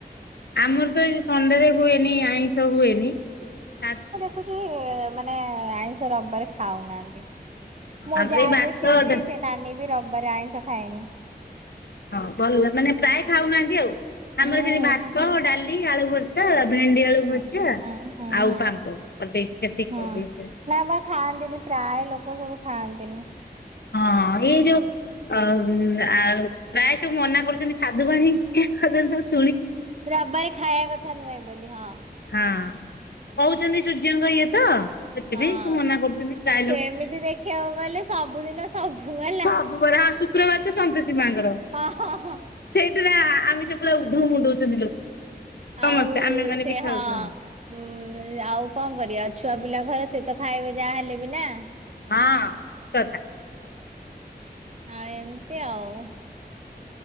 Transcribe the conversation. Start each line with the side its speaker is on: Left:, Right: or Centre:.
Left: ଆମର ତ ଏ ସଣ୍ଡେରେ ହୁଏନି ଆଇଁଷ ହୁଏନି। ସାଧ୍
Right: ଦେଖୁଚି ମାନେ ଆଇଁଷ ରବବାରେ ଖାଉନାହାନ୍ତି। ମୋ
Left: ଆମର
Right: ଯା
Left: ଏଇ ଭାତ
Right: ଯେ ସିଏ ବି
Left: ଡା
Right: ସେ ନାନୀ ବି ରବବାର ଆଇଁଷ ଖାଏନି।
Left: ହଁ ଭଲ ମାନେ ପ୍ରାୟ ଖାଉନାହାନ୍ତି ଆଉ।
Right: ହୁଁ
Left: ଆମର ସେମିତି ଭାତ, ଡାଲ୍ ଲି, ଆଳୁ ଭର୍ତ୍ତା, ଭେଣ୍ଡି ଆଳୁ ଭଜା
Right: ହୁଁ ହୁଁ
Left: ଆଉ
Right: ହୁଁ
Left: ପାମ୍ପଡ୍ କରିଦେଇ ସେତିକି
Right: ହୁଁ
Left: କରିଦେଇଛି <unintelligible>
Right: ନା ବା ଖାଆନ୍ତିନି ପ୍ରାୟେ ଲୋକ ସବୁ ଖାଆନ୍ତିନି।
Left: ହଁ ଏଇ ଯୋଉ ଅ ଉମ୍ ଆଉ ପ୍ରାୟେ ସବୁ ମନା କରୁଛନ୍ତି ସାଧୁବାଣୀ <unintelligible>
Right: ରବିବାରେ ଖାଇବା କଥା ନୁହେଁ ବୋଲି ହଁ।
Left: ହଁ କହୁଚନ୍ତି ସୂର୍ଯ୍ୟଙ୍କ ଇଏତ ସେଥିପାଇଁ
Right: ହଁ।
Left: ସବୁ ମନା କରୁଚନ୍ତି ପ୍ରାଏଲୋକ
Right: ସେମିତି ଦେଖିବାକୁ ଗଲେ ସବୁଦିନ ସବୁ ହେଲା।
Left: ସବୁ ବାରା ଶୁକ୍ରବାରତ ସନ୍ତୋଷୀ ମାଙ୍କର।
Right: ହଁ ହଁ ହଁ
Left: ସେଇଥିରେ ଆମିଷ ପୁରା ଉଧୋମ ମୁଣ୍ଡଉଚନ୍ତି ଲୋକ। ସମସ୍ତେ
Right: ଆଉ
Left: ଆମେ ମାନେ
Right: ସେ
Left: ବି ଖାଉଛୁ
Right: ହଁ। ଉୁଁ ଆଉ କଁ କରିବା ଛୁଆ ପିଲା ଘର ସେତ ଖାଇବେ ଯାହା ହେଲେବି ନା।
Left: ହଁ ଠିକ୍ କଥା।
Right: ହଁ ଏମିତି ଆଉ।